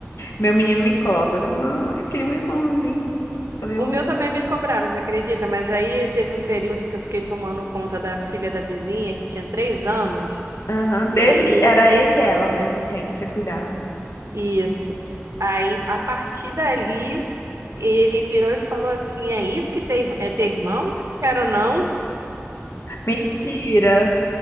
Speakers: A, on the left (about 65°); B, on the right (about 75°).
A: Meu menino me cobra. Mãe, eu queria um irmãozinho. Falei,
B: O
A: ô.
B: meu também me cobrava, você acredita? Mas aí teve um período que eu fiquei tomando conta da filha da vizinha, que tinha três anos.
A: Aham,
B: E
A: Dele
B: aí ele
A: era ele e ela ao mesmo tempo, você cuidava.
B: Isso. Aí, a partir dali, ele virou e falou assim: É isso que ter, é ter irmão? Quero não.
A: Mentira.